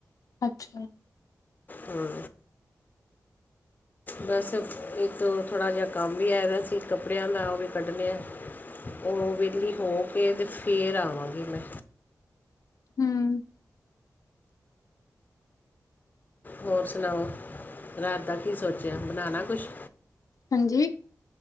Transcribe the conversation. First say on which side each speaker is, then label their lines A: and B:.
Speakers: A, on the left; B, on the left.
A: ਅੱਛਾ।
B: ਹੂੰ। ਬਸ ਇੱਕ ਥੋੜ੍ਹਾ ਜਿਹਾ ਕੰਮ ਵੀ ਆਇਆ ਦਾ ਸੀ ਕੱਪੜਿਆਂ ਦਾ, ਉਹ ਵੀ ਕੱਢਣੇ ਆ। ਉਹ ਵਿਹਲੀ ਹੋ ਕੇ ਤੇ ਫੇਰ ਆਵਾਂਗੀ ਮੈਂ।
A: ਹਮ।
B: ਹੋਰ ਸੁਣਾਓ, ਰਾਤ ਦਾ ਕੀ ਸੋਚਿਆ ਬਣਾਣਾ ਕੁਛ?
A: ਹਾਂਜੀ।